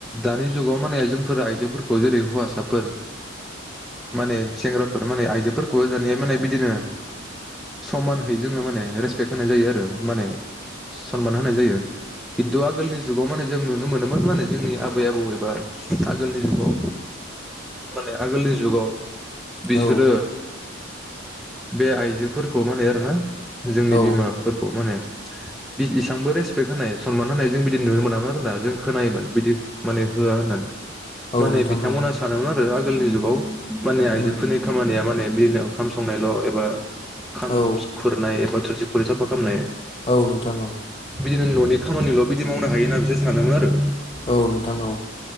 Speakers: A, in the centre; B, on the left.
A: दानि जुगाव। माने जों आइजोफोरखौ जेरै हौवसाफोर माने सेंग्रा। फोर माने आइजोफोरखौ दानिया माने। बिदिनो समान है जोङो माने रेसपेक्ट होनाय जायो आरो। माने सनमान होनाय जायो खिन्थु आगोलनि जुगाव माने जों नु मोनोमोन माने जोंनि आबै आबौ एबा आगोलनि जुगाव माने आोलनि। जुगाव बिसोरो।
B: औ
A: बे आइजोफोरखौ माने आरोना जोंनि
B: औ
A: बिमाफोरखौ माने। बि एसांबो रेसपेक्ट होनाय सनमान होनाय जों बिदि नुनो मोनामोन आरोना जों खोनायोमोन बिदि माने। होआ होननानै।
B: औ होआ होननानै औ
A: माने
B: नोंथां
A: बिथांमोना
B: औ
A: सानोमोन आरो आगोलनि जुगाव माने आइजोफोरनि
B: उम
A: खामानिया माने बिदिनो ओंखाम सं एबा खाम
B: औ
A: खुरनाय एबा थुरसि खुरै साफा खालामनाय।
B: औ नोंथां औ।
A: बिदिनो न'नि खामानिल' बिदि मावनो हायो होना बिसोर सानोमोन आरो।
B: औ नोंथां औ।